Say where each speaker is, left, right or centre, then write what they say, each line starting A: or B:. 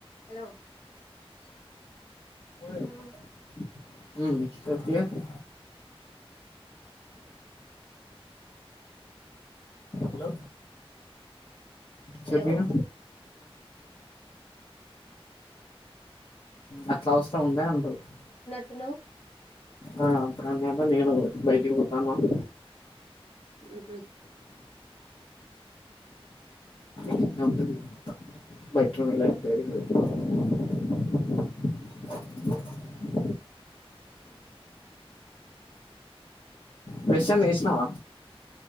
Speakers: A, on the left (about 80°); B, on the left (about 55°).
A: Hello
B: మ్
A: ఉమ్,
B: గట్టిగా చెపు హలో
A: హలో
B: చెప్పిగా అట్ల అవ్ <unintelligible>
A: టున్నవ్
B: ఆ <inaudible> అన్న నేను బయటికి పోతానామ్
A: హ్ మ్
B: <unintelligible> బ్రెష్ అన్న చేసినవ